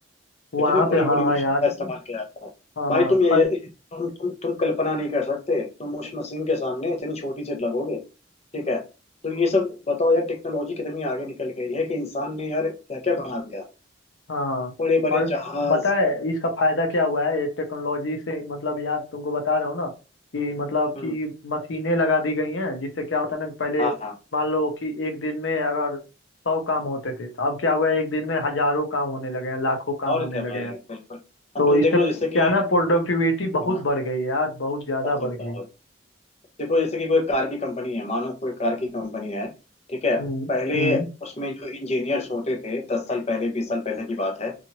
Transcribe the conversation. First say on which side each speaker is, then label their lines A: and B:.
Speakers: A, on the left; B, on the left.
A: वहाँ
B: कितनी
A: पे
B: बड़ी बड़ी
A: हाँ
B: मशीन
A: यार
B: का इस्तेमाल किया जाता है
A: हाँ
B: भाई तुम ये, ये तुम, तुम तुम कल्पना नहीं कर सकते तुम उस मशीन के सामने इतनी छोटी सी लगोगे ठीक है तो ये सब बताओ यार टेक्नोलॉजी कितनी आगे निकल गई है कि इंसान ने यार क्या क्या बना दिया
A: हाँ
B: बड़े बड़े
A: और
B: जहाज
A: पता है इसका फायदा क्या हुआ है ये टेक्नोलॉजी से मतलब यार तुमको बता रहा हूँ ना कि मतलब
B: हम्म
A: कि मशीनें लगा दी गई हैं जिससे क्या होता है ना कि पहले
B: हाँ हाँ
A: मान लो कि एक दिन में अगर सौ काम होते थे तो अब क्या हुआ है एक दिन में हजारों काम होने लगे हैं लाखों काम
B: और
A: होने
B: क्या
A: लगे
B: भाई
A: हैं
B: बिल्कुल अब
A: तो
B: तुम
A: इससे
B: देख लो
A: क्या
B: जैसे कि
A: ना प्रोडक्टिविटी बहुत
B: हाँ
A: बढ़ गई है यार बहुत ज्यादा
B: बहुत
A: बढ़ गई
B: बहुत देखो जैसे कि कोई कार की कंपनी है मानो कोई कार की कंपनी है ठीक है
A: हम्म
B: पहले
A: हम्म
B: उसमें जो इंजीनियर्स होते थे दस साल पहले बीस साल पहले की बात है